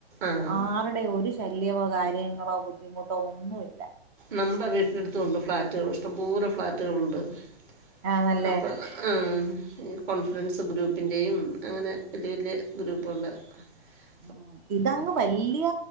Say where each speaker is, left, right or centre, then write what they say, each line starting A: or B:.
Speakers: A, on the right (about 50°); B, on the right (about 15°).
A: ആഹ്
B: ആരുടെ ഒരു ശല്ല്യവോ കാ ര്യങ്ങളോ ബുദ്ധിമുട്ടോ ഒന്നു ഇല്ല.
A: നമ്മുടെ വീട്ടിനടുത്തു ഉണ്ട് ഫ്ലാറ്റുകൾ ഇഷ്ടം പോലെ ഫ്ലാറ്റുകളുണ്ട്. ആണല്ലേ,
B: ആ നല്ല
A: അപ്പം ആഹ്, ഈ കോൺഫിഡൻസ് ഗ്രൂപ്പിൻ്റെയും അങ്ങനെ വലിയ വലിയ ഗ്രൂപ്പുകൾടെ ആഹ്
B: ആഹ്, ഇതങ്ങ് വല്ല്യ